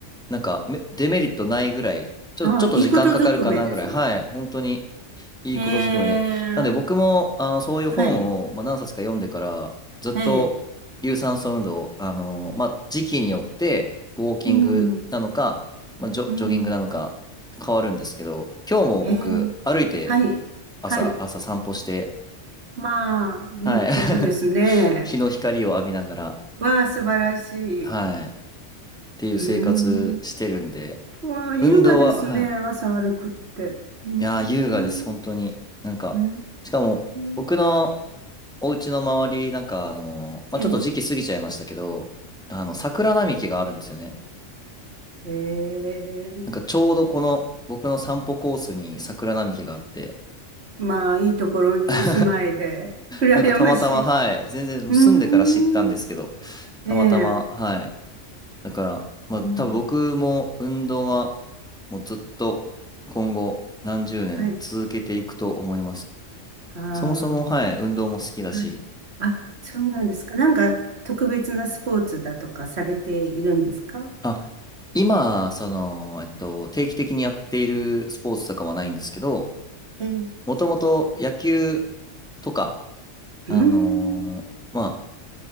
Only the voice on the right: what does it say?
はあ、
いいことずくめですね。
ええ。
はい。
ええ。
うん。
うん。
ええ、
はい、
はい。
まあ、いいことですね。
わあ、素晴らしい。
う
ーん。まあ、優雅ですね、
朝歩くって。うーん。
うー
ん。
ええ、
ええ、
まあ、いいところにお住まいで、
<laughs> 羨ましい。
うーん。
ええ、う
ーん。
はい。ああ、
はい。あ、そうなんですか。なんか、特別なスポーツだとかされているんですか
ええ、う
ーん。